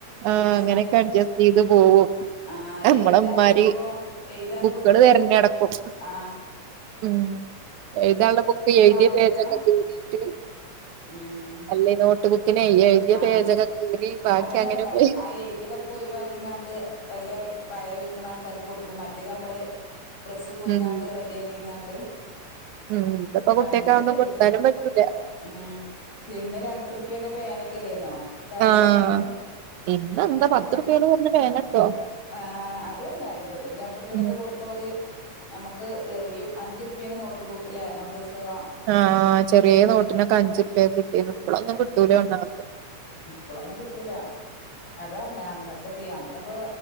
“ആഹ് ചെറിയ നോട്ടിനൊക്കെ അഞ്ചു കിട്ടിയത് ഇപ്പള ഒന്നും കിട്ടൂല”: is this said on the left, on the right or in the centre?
Right